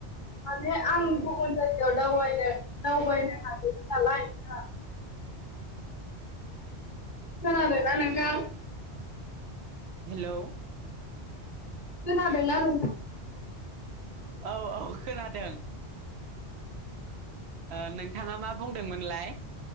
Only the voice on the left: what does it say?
माने आं गुबुन जायगायाव दावबायनो, दावबायनो सानदोंमोन नालाय ना- खोनादोंना नोंथां?
खोनादोंना नोंथा?